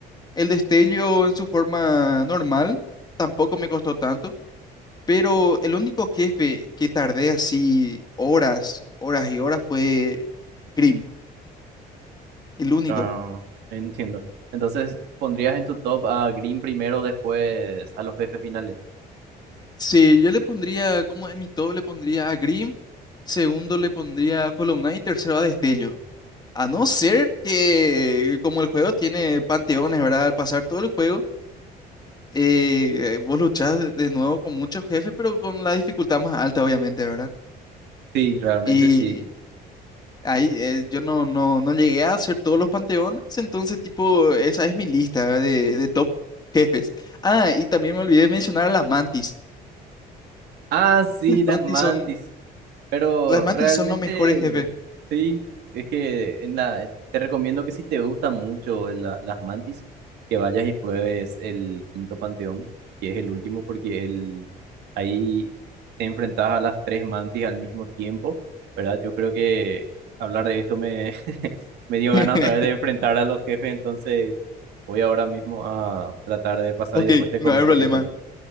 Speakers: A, on the left; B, on the right.
A: El destello en su forma normal tampoco me costó tanto. Pero el único jefe que tardé así horas, horas y horas fue Grimm, el único.
B: Ah, <laughs> entiendo. Entonces, ¿pondrías en tu top a Green primero, después a los jefes finales?
A: Sí, yo le pondría, como en mi top le pondría a Grimm, segundo le pondría a Hollow Knight, tercero a Destello. A no ser que, como el juego tiene panteones, ¿verdad? Al pasar todo el juego, eh, vos luchás de de nuevo con muchos jefes, pero con la dificultad más alta, obviamente, ¿verdad?
B: Sí, realmente
A: Y
B: sí.
A: Ahí, eh, yo no, no, no llegué a hacer todos los panteones, entonces tipo, esa es mi lista de, de top jefes. Ah, y también me olvidé mencionar a las mantis.
B: Ah, sí,
A: Las mantis
B: las mantis.
A: son,
B: Pero
A: las mantis
B: realmente,
A: son los mejores jefes.
B: sí, es que en la, te recomiendo que si te gustan mucho la- las mantis, que vayas y pruebes el quinto panteón, que es el último, porque el, ahí te enfrentas a las tres mantis al mismo tiempo, ¿verdad? Yo creo que hablar de esto me, <laughs> me dio
A: <laughs>
B: ganas otra vez de enfrentar a los jefes, entonces voy ahora mismo a tratar de pasar
A: Ok,
B: y después te
A: no
B: comento
A: hay problema.
B: qué tal.